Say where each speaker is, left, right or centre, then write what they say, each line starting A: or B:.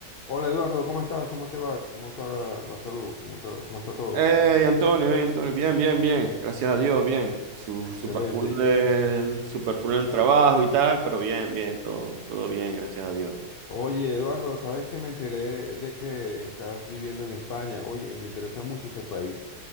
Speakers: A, on the left (about 75°); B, on the right (about 80°).
A: Hola Eduardo, ¿cómo estás? ¿Cómo te va? ¿Cómo está la, la salud? ¿Cómo, te- cómo está todo?
B: Hey, Antonio, hey, Antonio, bien, bien, bien, gracias a Dios, bien. Su,
A: Excelente.
B: super full del, super full del trabajo y tal, pero bien, bien, todo, todo bien, gracias a Dios.
A: Oye Eduardo, ¿sabes que me enteré de que estás viviendo en España? Oye, y me interesa mucho ese país.